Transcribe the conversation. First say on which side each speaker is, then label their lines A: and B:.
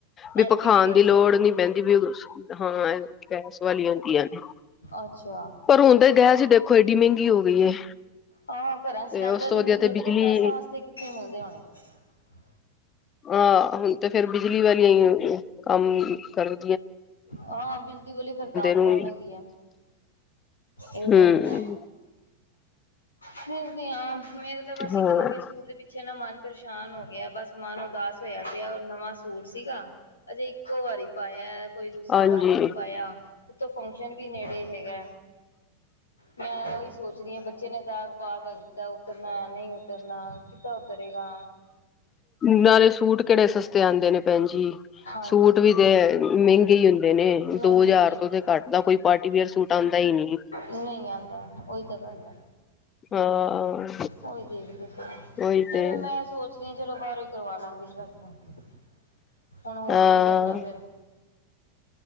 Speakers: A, on the left; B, on the left.
A: ਵੀ
B: ਐਲ
A: ਪਖਾਨ
B: ਪੀ ਜੀ ਗੈਸ
A: ਦੀ ਲੋੜ ਨੀ ਪੈਂਦੀ ਵੀ ਹਾਂ। ਗੈਸ ਵਾਲੀਆਂ ਹੁੰਦੀਆਂ ਨੇ
B: ਅੱਛਾ
A: ।ਪਰ ਹੁਣ ਤਾਂ ਗੈਸ ਦੇਖੋ ਏਡੀ ਮਹਿੰਗੀ ਹੋ ਗਈ ਏ।
B: ਹਾਂ ਘਰਾਂ
A: ਤੇ
B: ਸਿਲੰਡਰ
A: ਉਸ ਤੋਂ
B: ਨੀ
A: ਵਧੀਆ
B: ਮਿਲਦੇ ਪਏ
A: ਬਿਜਲੀ
B: ਤੇ ਪ੍ਰੈਸਾਂ ਵਾਸਤੇ ਕਿੱਥੇ ਮਿਲਦੇ ਹੋਣੇ ।
A: ਹਾਂ ਹੁਣ ਤੇ ਫੇਰ ਬਿਜਲੀ ਵਾਲੀਆਂ ਹੀ ਕੰਮ ਕਰ
B: ਹਾਂ ਬਿਜਲੀ ਵਾਲੀ ਫੇਰ ਕਾਮਯਾਬ
A: ਨੂੰ
B: ਹੈਗੀ ਆ। ਇਹ
A: ਹਮ
B: ਤਾਂ ਹੈਗਾ। <unintelligible> ਹਾਂ ਮੇਰੇ ਤਾਂ ਬਸ ਇੱਕ
A: ਹਾਂ
B: ਨਵੇਂ ਸੂਟ ਦੇ ਪਿੱਛੇ ਨਾ ਮਨ ਪਰੇਸ਼ਾਨ ਹੋ ਗਿਆ ਬਸ ਮਨ ਉਦਾਸ ਹੋਇਆ ਪਿਆ। ਉਹ ਨਵਾਂ ਸੂਟ ਸੀਗਾ। ਅਜੇ ਇੱਕੋ ਵਾਰੀ ਪਾਇਆ ਕੋਈ ਦੂਸਰੀ
A: ਹਾਂਜੀ
B: ਵਾਰੀ ਨਹੀਂ ਪਾਇਆ ।ਉੱਤੋਂ ਫੰਕਸ਼ਨ ਵੀ ਨੇੜੇ ਹੈਗਾ। ਮੈਂ ਉਹੀ ਸੋਚ ਰਹੀ ਹਾਂ ਬੱਚੇ ਨੇ ਦਾਗ਼ ਪਾਤਾ ਉਤਰਨਾ ਨਹੀਂ ਉਤਰਨਾ ਕਿੱਦਾਂ ਉਤਰੇਗਾ
A: ਨਾਲੇ ਸੂਟ ਕਿਹੜੇ ਸਸਤੇ ਆਉਂਦੇ ਨੇ ਭੈਣ ਜੀ।
B: ਹਾਂਜੀ
A: ਸੂਟ ਵੀ ਤੇ ਮਹਿੰਗੇ ਹੀ ਹੁੰਦੇ ਨੇ
B: ਮਹਿੰਗੀ
A: ।ਦੋ ਹਜ਼ਾਰ
B: ਹੋਈ ਜਾਂਦੇ
A: ਤੋਂ ਤੇ ਘੱਟ ਦਾ ਕੋਈ ਪਾਰਟੀ ਵੇਅਰ ਸੂਟ ਆਉਂਦਾ। ਹੀ ਨਹੀਂ
B: ਨਹੀਂ ਆਉਂਦਾ। ਉਹ ਹੀ ਤਾਂ ਗੱਲ ਹੈ।
A: ਹਾਂ
B: ਉਹੀ ਦੇਖ ਦੀ ਪਈ ਆ
A: ਉਹੀ
B: ਨਹੀਂ
A: ਤੇ
B: ਮੈਂ ਸੋਚਦੀ ਹਾਂ ਚਲੋ ਬਾਹਰੋਂ ਹੀ ਕਰਵਾ ਲਾਂਗੇ। <unintelligible> ਹੁਣ ਹੋਰ
A: ਹਾਂ
B: ਕੀ ਕਰਨਾ ਫੇਰ।